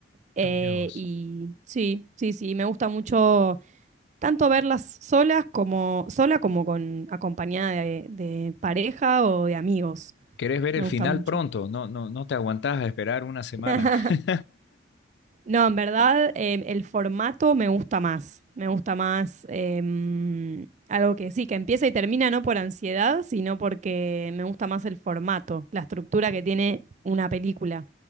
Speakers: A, on the right; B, on the left.
A: Eh,
B: Ah, mira vos.
A: y sí, sí, sí, me gusta mucho tanto verlas solas como sola como con acompañada de, de pareja o de amigos.
B: ¿Querés ver
A: Me
B: el
A: gusta
B: final
A: mucho.
B: pronto? No, no, no te aguantás a esperar una semana.
A: <laughs>
B: <laughs>
A: No, en verdad em, el formato me gusta más. Me gusta más em, algo que sí, que empieza y termina no por ansiedad, sino porque me gusta más el formato, la estructura que tiene una película.